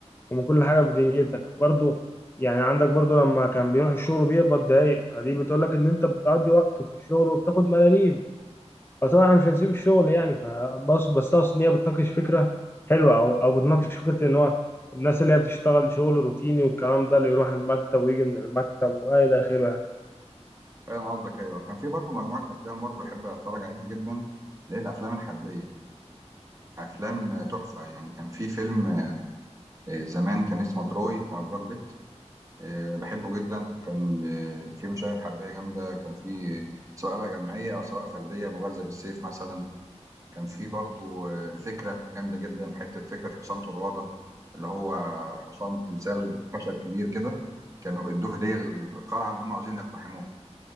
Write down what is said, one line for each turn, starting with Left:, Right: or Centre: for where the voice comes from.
Left: ومن كل حاجة في دنيتك برضو يعني عندك برضو لما كان بيروح الشغل بيقبض دقايق فدي بتقول لك إن أنت بتقضي وقت في الشغل وبتاخد ملاليم فطبعا احنا مش هنسيب الشغل يعني فبس بس اقصد ان هي بتناقش فكره حلوه او او بتناقش فكره ان هو الناس اللي هي بتشتغل شغل روتيني والكلام ده اللي يروح المكتب ويجي من المكتب والى اخره يعني
Right: فاهم قصدك ايوه كان في برضو مجموعه افلام برضو بحب اتفرج عليها جدا اللي هي الافلام الحربيه افلام آه، تحفه يعني كان في فيلم آه، زمان كان اسمه تروي بتاع براد بيت آه، بحبه جدا كان آه، في مشاهد حربيه جامده كان في سواء بقى جماعيه او سواء فرديه مبارزه بالسيف مثلا كان في برضو آه، فكره جامده جدا حته فكره حصان طروادة اللي هو حصان تمثال خشب كبير كده كانوا ادوه هديه للقلعه اللي هم عاوزين يقتحموها